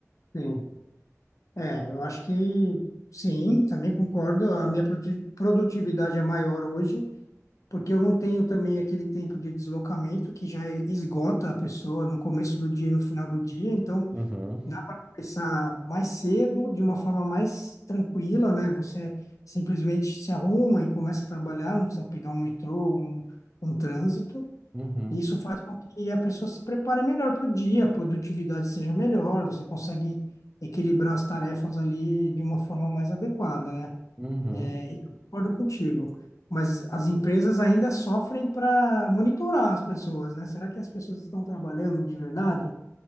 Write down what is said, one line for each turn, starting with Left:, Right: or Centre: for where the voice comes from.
Left: Sim. É, eu acho que sim, também concordo. A minha produ- produtividade é maior hoje porque eu não tenho também aquele tempo de deslocamento que já esgota a pessoa no começo do dia e no final do dia, então
Right: Uhum.
Left: dá para começar mais cedo, de uma forma mais tranquila, né? Você simplesmente se arruma e começa a trabalhar, não precisa pegar um metrô, um, um trânsito.
Right: Uhum,
Left: E Isso faz com que a pessoa se prepare melhor para o dia, a produtividade seja melhor, você consegue equilibrar as tarefas ali de uma forma mais adequada, né?
Right: uhum.
Left: É, Eu Concordo contigo, mas as empresas ainda sofrem para monitorar as pessoas, né? Será que as pessoas estão trabalhando de verdade?